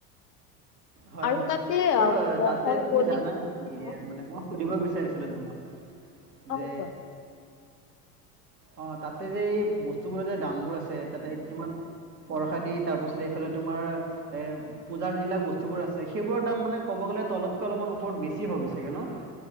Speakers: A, on the right; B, on the left.
A: হয়-
B: আৰু
A: হয়
B: তাতে
A: আৰু
B: মহৰ
A: তাতে তুমি
B: বলি
A: জানা নেকি?
B: অ
A: মানে সুধিব বিচাৰিছিলোঁ তোমাক
B: কোৱা
A: যে। অ, তাত তাতে যে এই বস্তুবোৰৰ যে দামবোৰ আছে তাতে কিমান? পৰসা দি তাৰ পাছত এইফালে তোমাৰ এ পূজাৰ যিবিলাক বস্তু। চববোৰ আছে সেইবোৰৰ দাম মানে ক'ব গ'লে তলতকৈ অলপমান ওপৰত বেছি হ'ছেগৈ ন'।